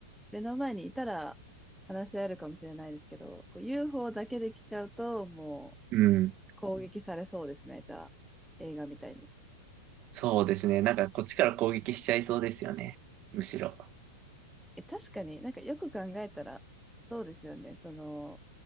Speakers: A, in the centre; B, on the right (about 35°).
A: 目の前にいたら話し合えるかもしれないですけど、こう UFO だけで来ちゃうと、もう
B: うん。
A: 攻撃されそうですね、じゃあ、映画みたいに。
B: そうですね。なんかこっちから攻撃しちゃいそうですよね。むしろ。
A: え、確かになんかよく考えたら、そうですよね、その、